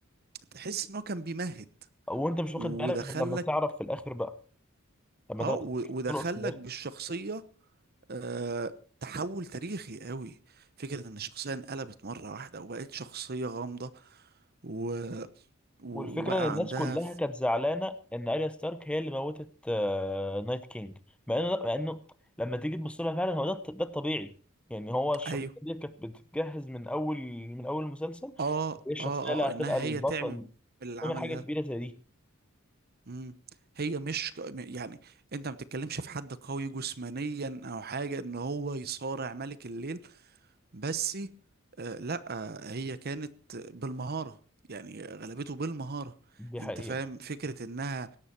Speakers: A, on the right; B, in the centre.
A: تحس ان هو كان بيمهد
B: وانت مش واخد
A: ودخلك
B: بالك غير لما تعرف في الاخر بقى لما
A: اه و- ودخلك
B: تلقط
A: بالشخصية آه، تحول تاريخي قوي فكرة ان الشخصية انقلبت مرة واحدة وبقت شخصية غامضة و... و-
B: والفكرة
A: وبقى
B: ان الناس
A: عندها
B: كلها كانت زعلانة ان اريا ستارك هي اللي موتت آه، نايت كينج مع انه مع انه لما تيجي تبص لها فعلا هو ده الط- ده الطبيعي يعني هو الشخصية
A: ايوه
B: دي كانت بتتجهز من اول من اول المسلسل
A: اه
B: ايه الشخصية
A: اه
B: اللي هتبقى
A: اه انها
B: البطل
A: هي تعمل العمل
B: تعمل حاجة
A: ده
B: كبيرة زي دي
A: امم هي مش ك- م- يعني انت ما بتتكلمش في حد قوي جسمانيا او حاجه ان هو يصارع ملك الليل بس آه لا آه هي كانت بالمهاره يعني غلبته بالمهاره
B: دي حقيقة
A: انت فاهم فكره انها